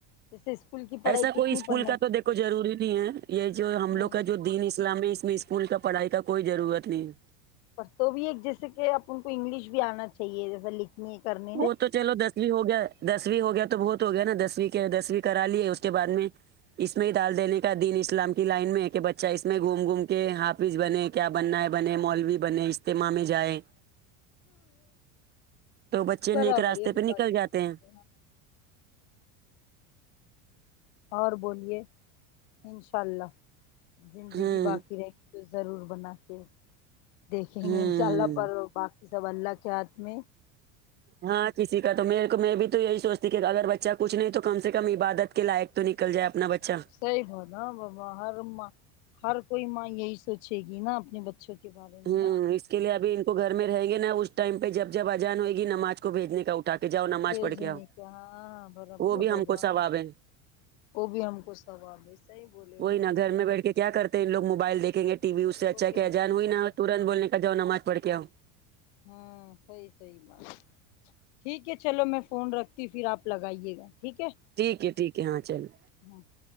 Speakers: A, on the left (about 65°); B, on the right (about 25°).
A: جیسے اسکول کی پڑھائی
B: ایسا
A: کتنی
B: کوئی اسکول
A: پڑھنا
B: کا تو دیکھو ضروری نہیں ہے یہ جو ہم لوگ
A: نہیں
B: کا جو دین اسلامی کوئی اسکول کا پڑھائی کا کوئی ضرورت نہیں ہے
A: پر تو بھی ایک جیسے کہ اب ان کو انگلش بھی آنا چاہیے جیسا لکھ نہیں کرنا
B: وہ تو چلو دس دو ہو گیا دسویں ہو گیا تو بہت ہو گیا نا دسویں کے دسویں کرا لی ہے اس کے بعد میں اس میں ہی ڈال دینے کا دن اسلام کی لائن میں ہے کہ بچہ اس میں گھوم گھوم کے ہاتھ فج بنے کیا بننا ہے بنے مولوی بنے اجتماع میں جائے تو بچے
A: برابر
B: نیک راستے
A: یہ بھی
B: پہ
A: بات
B: نکل
A: صحیح
B: جاتے ہیں
A: ہے۔ اور بولیے انشاء اللہ زندگی
B: ہوں
A: باقی رہے تو ضرور بنا کے دیکھیں
B: ہوں
A: گے انشاء اللہ پر بق سب اللہ کے ہاتھ میں
B: ہاں کسی کا تو میرے کو میں بھی تو یہی سوچتی کہ اگر بچہ کچھ نہیں تو کم سے کم عبادت کے لائق تو نکل جائے اپنا بچہ
A: صحیح ہو نا بابا ہر ماں ہر کوئی ماں یہی سوچے گی نا اپنے بچوں کے بارے میں
B: ہوں
A: ہاں
B: اس کے لیے اب ان کو گھر میں رہیں گے نا اس ٹائم پہ جب جب اجان ہوئے گی نماز کو بھیجنے کا اٹھا کے جاؤ نماز
A: وج
B: پڑھ کے آؤ
A: نہیں کا ہاں برابر
B: وہ بھی ہم
A: بابا
B: کو ثواب ہے
A: وہ بھی ہم کو سواب ہےسی بولے
B: وہی نا
A: وہ
B: گھر
A: بھی
B: میں بیٹھ کے کیا کرتے ہیں لوگ موبائل دیکھ گ ٹی وی اس سے اچھا
A: وہ بھی
B: کہ
A: ہم
B: اجان
A: کو
B: ہوئی
A: ثواب
B: نا ترنت بولنے کااؤ نماز پڑھ کے آ ہو
A: ہاں صحیح سی بات ٹھیک ہے چلو میں فون رکھتی ہ پھر آپ لگائیے گا ٹھیک ہے
B: ٹھیک ہے ٹھیک ہے ہاں چلو
A: ہاں